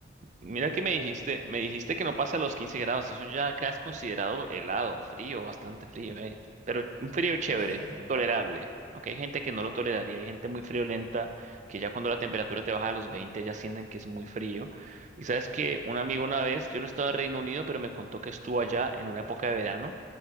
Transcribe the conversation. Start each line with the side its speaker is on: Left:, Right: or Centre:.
Right: Mira
Left: del
Right: que
Left: verano.
Right: me dijiste, me dijiste que no pasa los 15 grados, eso ya acá es considerado helado, frío, bastante frío, eh, Pero un frío chévere,
Left: <laughs>
Right: tolerable. Aunque hay gente que no lo toleraría, hay gente muy friolenta que ya cuando la temperatura te baja a los 20 ya sienten que es muy frío. Y sabes que un amigo una vez, yo no estaba en Reino Unido, pero me contó que estuvo allá en una época de verano